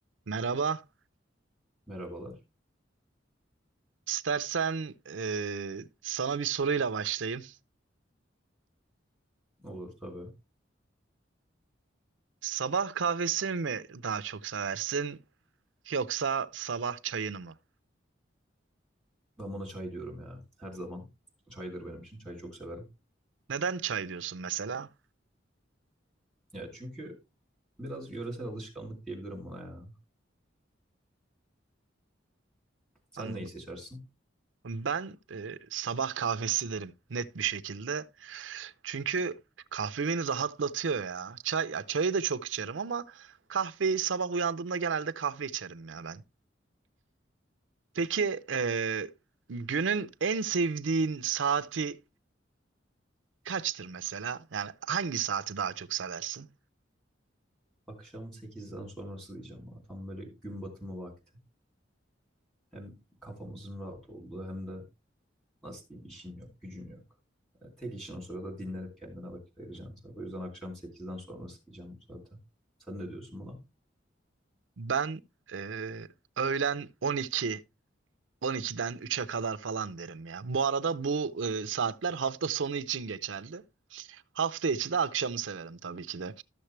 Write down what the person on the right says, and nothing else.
Merhaba.
İstersen e, sana bir soruyla başlayayım.
Sabah kahvesini mi daha çok seversin yoksa sabah çayını mı?
Neden çay diyorsun mesela?
Anladım.
Ben e, sabah kahvesi derim net bir şekilde. Çünkü kahve beni rahatlatıyor ya. Çay, ya çayı da çok içerim ama kahveyi sabah uyandığımda genelde kahve içerim ya ben. Peki e, günün en sevdiğin saati Kaçtır mesela? Yani hangi saati daha çok seversin?
Ben e, öğlen 12, 12'den 3'e kadar falan derim ya. Bu arada bu e, saatler hafta sonu için geçerli. Hafta içi de akşamı severim tabii ki de.